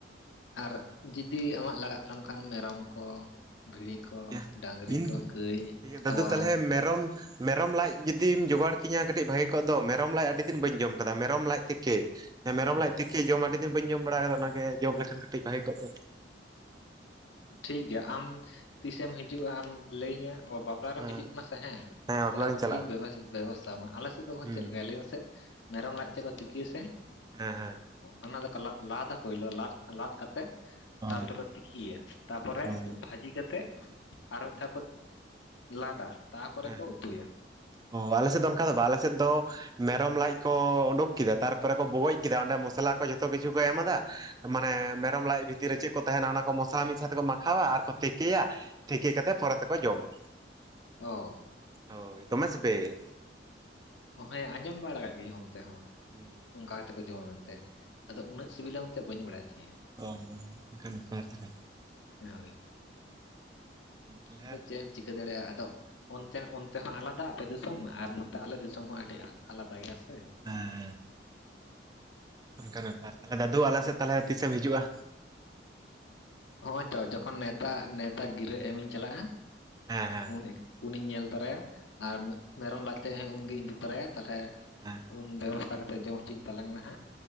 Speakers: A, on the left (about 85°); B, on the right (about 20°).
A: ᱟᱨ ᱡᱩᱫᱤ ᱟᱢᱟᱜ ᱞᱟᱜᱟᱜ ᱛᱟᱢ ᱠᱷᱟᱱ ᱢᱮᱨᱚᱢ ᱠᱚ ᱵᱷᱤᱲᱤ
B: ᱴᱷᱤᱠ
A: ᱠᱚ
B: ᱜᱮᱭᱟ
A: ᱰᱟᱝᱨᱤ
B: ᱤᱧ
A: ᱠᱚ ᱜᱟᱹᱭ
B: ᱴᱷᱤᱠ ᱜᱮᱭᱟ ᱫᱟᱫᱩ
A: ᱛᱚᱣᱟ
B: ᱛᱟᱦᱚᱞᱮ ᱢᱮᱨᱚᱢ ᱢᱮᱨᱚᱢ ᱞᱟᱡ ᱡᱩᱫᱤᱢ ᱡᱳᱚᱜᱟᱲ ᱠᱤᱧᱟ ᱠᱟᱹᱴᱤᱡ ᱵᱷᱟᱜᱤ ᱠᱚᱜ ᱫᱚ ᱢᱮᱨᱚᱢ ᱞᱟᱡ ᱟᱹᱰᱤ ᱫᱤᱱ ᱵᱟᱹᱧ ᱡᱚᱢ ᱟᱠᱟᱫᱟ ᱢᱮᱨᱚᱢ ᱞᱟᱡ ᱛᱮᱠᱤ ᱦᱮᱸ ᱢᱮᱨᱚᱢ ᱞᱟᱡ ᱛᱤᱠᱤ ᱡᱚᱢ ᱟᱹᱰᱤ ᱫᱤᱱ ᱵᱟᱹᱧ ᱡᱚᱢ ᱵᱟᱲᱟ ᱟᱠᱟᱜᱼᱟ, ᱚᱱᱟᱜᱮ ᱡᱚᱢ ᱞᱮᱠᱷᱟᱱ ᱠᱟᱹᱴᱤᱡ ᱵᱷᱟᱹᱜᱤ ᱠᱚᱜ ᱛᱮ
A: ᱴᱷᱤᱠ ᱜᱮᱭᱟ ᱟᱢ ᱛᱤᱥᱮᱢ ᱦᱤᱡᱩᱜᱼᱟ ᱟᱢ ᱞᱟᱹᱭᱟᱹᱧᱟᱹ ᱚ ᱵᱟᱯᱞᱟ ᱨᱮᱢ
B: ᱦᱮᱸ
A: ᱦᱤᱡᱩᱜ ᱠᱟᱱᱟ ᱥᱮ ᱦᱮᱸ
B: ᱵᱟᱯᱞᱟ
A: ᱛᱟᱦᱚᱞᱮ
B: ᱨᱤᱧ
A: ᱩᱱᱜᱤᱧ
B: ᱪᱟᱞᱟᱜᱼᱟ
A: ᱵᱮᱵᱚᱥᱮᱛᱷᱟ ᱢᱟ ᱟᱞᱮ ᱥᱮᱫ ᱫᱚ ᱠᱚ
B: ᱦᱩᱸ
A: ᱪᱮᱫ ᱞᱮᱠᱟᱭᱟ ᱞᱟᱹᱭ ᱟᱹᱧ ᱢᱮᱥᱮ ᱢᱮᱨᱚᱢ ᱞᱟᱡ
B: ᱦᱮᱸ
A: ᱛᱮᱡ ᱠᱚ ᱛᱤᱠᱤᱭᱟ ᱥᱮ
B: ᱦᱮᱸ ᱦᱮᱸ
A: ᱚᱱᱟ ᱫᱚᱠᱚ ᱞᱟᱫ ᱞᱟᱫᱟ ᱯᱳᱭᱞᱳ ᱞᱟᱫ ᱞᱟᱫ ᱠᱟᱛᱮ
B: ᱚ
A: ᱛᱟᱯᱚᱨᱮ ᱠᱚ ᱛᱤᱠᱤᱭᱟ ᱛᱟᱯᱚᱨᱮ
B: ᱚ
A: ᱵᱷᱟᱹᱡᱽ ᱡᱤ ᱠᱟᱛᱮᱫ ᱟᱨ ᱢᱤᱫ ᱫᱷᱟᱣ ᱠᱚ ᱞᱟᱫᱟ ᱛᱟᱯᱚᱨᱮ
B: ᱦᱮᱸ
A: ᱠᱚ ᱩᱛᱩᱭᱟ᱾
B: ᱚ ᱟᱞᱮᱥᱮᱫ ᱫᱚ ᱚᱱᱠᱟ ᱫᱚ ᱵᱟᱝ ᱟᱞᱮ ᱥᱮᱫ ᱫᱚ ᱢᱮᱨᱚᱢ ᱞᱟᱡ ᱠᱚ ᱚᱰᱩᱠ ᱠᱮᱫᱟ ᱛᱟᱨᱯᱚᱨᱮ ᱠᱚ ᱵᱚᱜᱚᱡ ᱠᱮᱫᱟ ᱚᱸᱰᱮ ᱢᱚᱥᱞᱟ ᱠᱚ ᱡᱚᱛᱚ ᱠᱤᱪᱷᱩ ᱠᱚ ᱮᱢᱟᱫᱟ ᱢᱟᱱᱮ ᱢᱮᱨᱚᱢ ᱞᱟᱡ ᱵᱷᱤᱛᱤᱨ ᱨᱮ ᱪᱮᱫ ᱠᱚ ᱛᱟᱦᱮᱸᱱᱟ ᱚᱱᱟ ᱠᱚ ᱢᱚᱥᱞᱟ ᱢᱤᱫ ᱥᱟᱶᱛᱮ ᱛᱮᱠᱚ ᱢᱟᱠᱷᱟᱣᱟ ᱟᱨᱠᱚ ᱛᱤᱠᱮᱭᱟ᱾ ᱛᱤᱠᱤ ᱠᱟᱛᱮᱜ ᱯᱚᱨᱮ ᱛᱮᱠᱚ ᱡᱚᱢᱟ
A: ᱦᱚᱸ
B: ᱦᱳᱭ ᱫᱚᱢᱮ ᱥᱤᱵᱤᱞ
A: ᱦᱮᱸ ᱟᱸᱡᱚᱢ ᱵᱟᱲᱟ ᱟᱠᱟᱜ ᱜᱤᱭᱟᱹᱧ ᱚᱱᱛᱮ ᱦᱚᱸ
B: ᱦᱩᱸ ᱦᱩᱸ
A: ᱞᱟᱫᱽ ᱛᱮᱠᱚ ᱡᱚᱢᱟ ᱢᱮᱱᱛᱮ ᱟᱫᱚ ᱩᱱᱟᱹᱜ ᱥᱤᱵᱤᱞᱟ ᱢᱮᱱᱛᱮ ᱵᱟᱹᱧ ᱵᱟᱲᱟᱭᱮᱜ ᱛᱟᱦᱮᱸᱜᱼᱟ
B: ᱚ ᱦᱚ ᱠᱷᱟᱱ ᱵᱮᱯᱟᱨ ᱛᱟᱦᱞᱮ
A: ᱦᱳᱭ
B: ᱛᱟᱦᱞᱮ
A: ᱟᱫᱚ ᱪᱮᱫ ᱮᱢ ᱪᱤᱠᱟᱹ ᱫᱟᱲᱮᱭᱟᱜᱼᱟ ᱟᱫᱚ ᱚᱱᱛᱮ ᱚᱱᱛᱮ ᱦᱚᱸ ᱟᱞᱟᱫᱟ ᱟᱯᱮ ᱫᱤᱥᱚᱢ ᱟᱨ ᱱᱚᱛᱮ ᱟᱞᱮ ᱫᱤᱥᱚᱢ ᱦᱚᱸ ᱟᱹᱰᱤ ᱟᱞᱟᱫᱟ ᱜᱮᱭᱟ ᱥᱮ
B: ᱦᱮᱸ ᱚᱱᱠᱟᱱᱟᱜ ᱵᱮᱯᱟᱨ ᱛᱟᱦᱚᱞᱮ ᱫᱟᱫᱩ ᱟᱞᱮᱥᱮᱫ ᱛᱟᱦᱚᱞᱮ ᱛᱤᱥᱮᱢ ᱦᱤᱡᱩᱜᱼᱟ
A: ᱦᱚᱸᱜ ᱳᱭ ᱛᱚ ᱡᱚᱠᱷᱚᱱ ᱱᱮᱣᱛᱟ ᱱᱮᱣᱛᱟ ᱜᱤᱨᱟᱹ ᱮᱢᱤᱧ ᱪᱟᱞᱟᱜᱼᱟ
B: ᱦᱮᱸ ᱦᱮᱸ
A: ᱩᱱ ᱩᱱᱤᱧ ᱧᱮᱞ ᱛᱚᱨᱟᱭᱟ ᱟᱨ ᱢᱮᱨᱚᱢ ᱞᱟᱡ ᱛᱮ ᱦᱚᱸ ᱩᱱᱜᱮᱧ ᱤᱫᱤ ᱛᱚᱨᱟᱭᱟ ᱛᱟᱦᱚᱞᱮ
B: ᱦᱮᱸ
A: ᱩᱱ ᱵᱮᱵᱚᱥᱛᱷᱟ ᱠᱟᱛᱮᱜ ᱡᱚᱢ ᱦᱚᱪᱚᱧ ᱛᱟᱞᱟᱝ ᱢᱮ ᱦᱟᱸᱜ